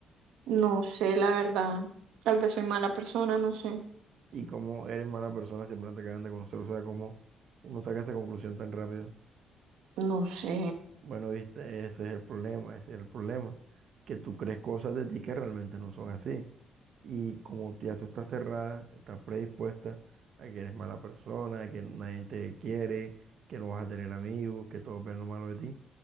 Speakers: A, on the right; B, on the right.
A: no sé, la verdad. Tal vez soy mala persona, no sé.
B: Y cómo eres mala persona si apenas te acaban de conocer. O sea, cómo uno saca esa conclusión tan rápido.
A: No sé.
B: Bueno, viste, ese es el problema, ese es el problema, que tú crees cosas de ti que realmente no son así. Y como ya tú estás cerrada, estás predispuesta a que eres mala persona, a que nadie te quiere, que no vas a tener amigos, que todos ven lo malo de ti,